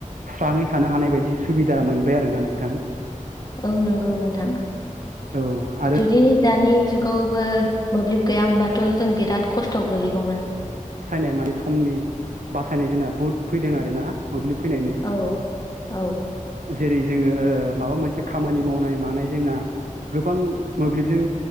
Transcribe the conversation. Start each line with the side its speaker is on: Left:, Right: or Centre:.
Right: स्राङै थानो हानाय बायदि सुबिदा मोनबाय आरोना नोंथां
Left: औ नंगौ नोंथां
Right: औ आरो
Left: जुदि दानि जुगावबो मोब्लिब गैया होनोमबाथ' जों बिराद खस्थ' गोलैगौमोन
Right: बासायनाय माने समनि बासायनाय जोंना बुहुद फैदों आरो ना मोब्लिब फैनानै
Left: औ औ
Right: जेरै जोङो माबा मोनसे खामानि मावनाय मानाय जोंना गोबां मोब्लिबजों